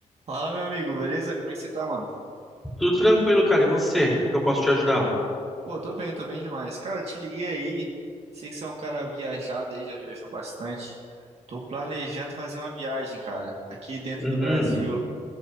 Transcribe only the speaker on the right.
Fala, meu amigo, beleza? Como é que você tá, mano?
Pô, tô bem, tô bem demais. Cara, eu te liguei aí. Sei que você é um cara viajado aí, já viajou bastante. Tô planejando fazer uma viagem, cara, aqui dentro
do Brasil.